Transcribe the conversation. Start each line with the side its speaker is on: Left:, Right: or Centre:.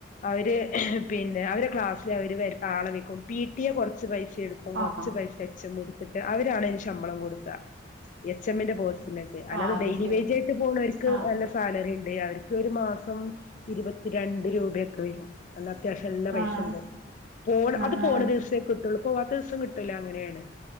Left: അവര് പിന്നെ അവരെ ക്ലാസ്സില് അവര് വേറെ ആളെ വെക്കും പിടിയെ കുറച്ച് പൈസയെടുക്കും. അപ്പം
Right: ആഹ്
Left: കൊറച്ച് പൈസ എച്ച് എം എടുത്തിട്ട് അവരാണ് അയിന് ശമ്പളം കൊടുക്കാ എച്ച് എമ്മിന്റെ പോസ്റ്റിലൊ ക്കെ അല്ലാതെ
Right: ആഹ് അത്
Left: ഡെയിലി
Right: ശരി
Left: വേജായിട്ട് പോണവർക്ക്
Right: ആഹ്
Left: നല്ല സാലറിണ്ട് അവർക്ക് ഒരു മാസം ഇരുപത്തിരണ്ട് രൂപയൊക്കെ വരും. അല്ല അത്യാവിശ്യം നല്ല പൈസണ്ട്
Right: ആഹ്
Left: പോണ
Right: ആഹ്
Left: അത്
Right: ആഹ്
Left: പോണ ദിവസേ കിട്ടുള്ളൂ പോവാത്ത ദിവസം കി ട്ടൂല അങ്ങനെയാണ്